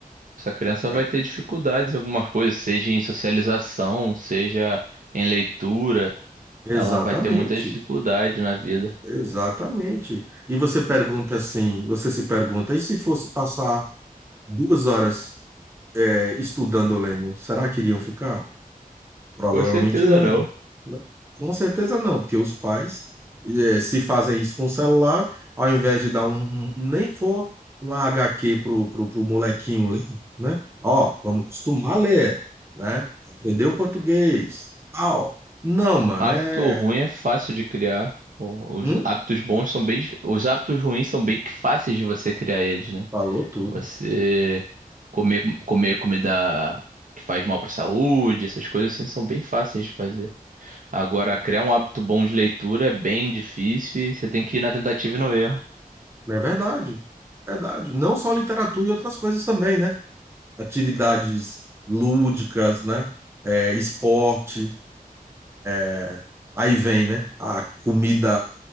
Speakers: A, on the right; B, on the right.
A: Essa criança
B: É.
A: vai ter dificuldades em algumas coisas, seja em socialização, seja em leitura.
B: Exatamente,
A: Ela vai ter muita dificuldade na vida.
B: exatamente. E você pergunta assim, você se pergunta, e se fosse passar duas horas, é, estudando o Lênin, será que iriam ficar? Provavelmente
A: Com certeza
B: não.
A: não.
B: né? Com certeza não, porque os pais eh, se fazem isso com o celular, ao invés de dar um, um- um, nem que for um HQ pro, pro, pro molequinho ler, né? Ó, vamos acostumar a ler, né? Aprender o português. Au. Não, mano,
A: Hábito
B: é.
A: ruim é fácil de criar. O- Os
B: Hum?
A: hábitos bons são bem, dif- os hábitos ruins são bem que fáceis de você criar eles, né?
B: Falou tudo.
A: Você comer, comer comida que faz mal para a saúde, essas coisas assim são bem fáceis de fazer. Agora, criar um hábito bom de leitura é bem difícil e você tem que ir na tentativa e no erro.
B: É verdade. Verdade. Não só literatura e outras coisas também, né? Atividades lúdicas, né? Eh, esporte. É, Aí vem, né? A comida